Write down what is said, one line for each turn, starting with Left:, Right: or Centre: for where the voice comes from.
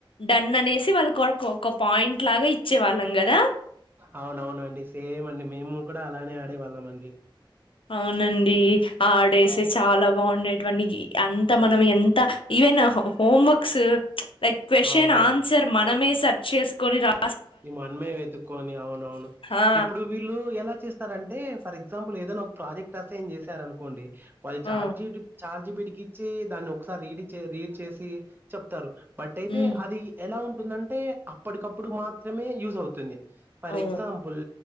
Left: డన్ అనేసి వాళ్ళు కొరకొ ఒక పాయింట్ లాగా ఇచ్చే వాళ్ళం గదా
Right: అవునవునండి సేమండి మేము కూడా అలానే ఆడేవాళ్ళం అండి
Left: అవునండి ఆడేసే చాలా బాగుండేట్వనీ అంత మనం ఎంత ఈవెన్ ఆహా హోంవర్క్స్ లైక్ ఫ్రెష్
Right: అవునవును
Left: అండ్ ఆన్సర్ మనమే సర్చ్ చేస్కొని రా
Right: ఈ మనమే వెతుక్కొని అవునవును
Left: ఆ!
Right: ఇప్పుడు వీళ్ళు ఎలా చేస్తారంటే ఫర్ ఎక్స్మేపుల్ ఏదైనా ఒ ప్రాజెక్ట్ అసైన్ జేసారనుకోండి వాళ్ళ
Left: ఆ!
Right: చార్జీటి చార్జిపిటీకిచ్చి దాన్ని ఒకసారి రీడ్ చే రీడ్ చేసి చెప్తారు బట్ అయితే
Left: హ్మ్.
Right: అది ఎలా ఉంటుందంటే అప్పటికప్పుడు మాత్రమే యూస్ అవుతుంది ఫర్
Left: అవును.
Right: ఎక్సాంపుల్